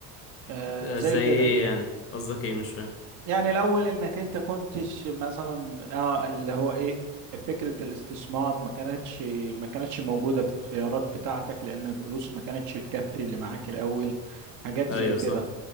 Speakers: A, on the right; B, on the left.
A: آه،
B: آه،
A: زي
B: زي
A: كده
B: ايه يعني قصدك ايه مش فاهم
A: يعني الأول إنك أنت كنتش مثلا آه اللي هو إيه فكرة الاستثمار ما كانتش ما كانتش موجودة في الخيارات بتاعتك لأن الفلوس ما كانتش تكفي اللي معاك الأول حاجات
B: ايوه
A: زي كده
B: صح